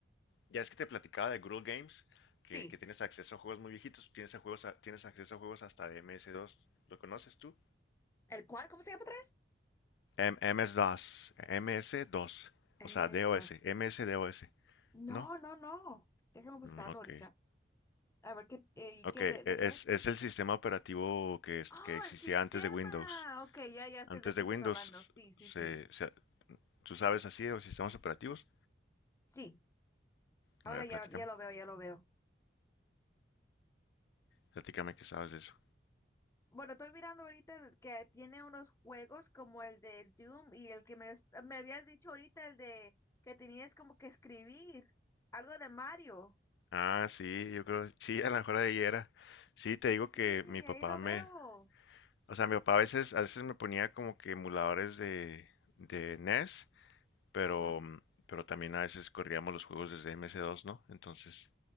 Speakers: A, on the left; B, on the left.
A: ya es que te platicaba de Google Games, que,
B: Sí.
A: que tienes acceso a juegos muy viejitos, tienes, a juegos a- tienes acceso a juegos hasta de MS2. ¿Lo conoces tú?
B: ¿El cuál? ¿Cómo se llama otra vez?
A: M MS2, MS2,
B: M
A: o sea,
B: S
A: DOS,
B: dos.
A: MS-DOS,
B: No,
A: ¿no?
B: no, no. Déjame buscarlo
A: Mm, ok,
B: ahorita. A ver qué, eh,
A: ok,
B: ¿qué
A: e-
B: de, de
A: es,
B: qué es.
A: es el sistema operativo que, es-
B: Oh,
A: que existía
B: el sistema.
A: antes de Windows.
B: Ok, ya, ya
A: Antes
B: sé de qué
A: de Windows,
B: estás hablando. Sí, sí,
A: se,
B: sí.
A: se- ¿tú sabes así de los sistemas operativos?
B: Sí. Ahora
A: A ver,
B: ya,
A: platícame,
B: ya lo veo, ya lo veo.
A: platícame que sabes de eso.
B: Bueno, estoy mirando ahorita que tiene unos juegos como el del Doom y el que me, es- me habías dicho ahorita, el de que tenías como que escribir algo de Mario.
A: Ah, sí, yo creo, sí, a lo mejor ahí era. Sí, te digo
B: Sí,
A: que mi papá
B: ahí lo
A: me,
B: veo.
A: O sea, mi papá a veces, a veces me ponía como que emuladores de, de NES, pero,
B: Ajá,
A: mm, pero también a veces corríamos los juegos desde MS2, ¿no? Entonces,